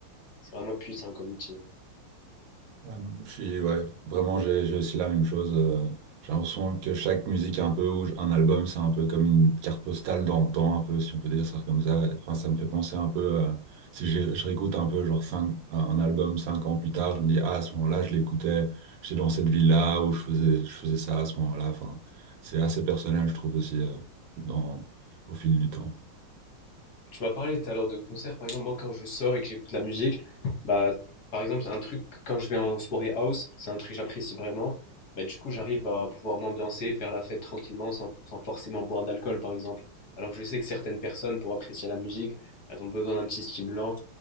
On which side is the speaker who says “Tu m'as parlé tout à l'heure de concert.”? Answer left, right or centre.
Left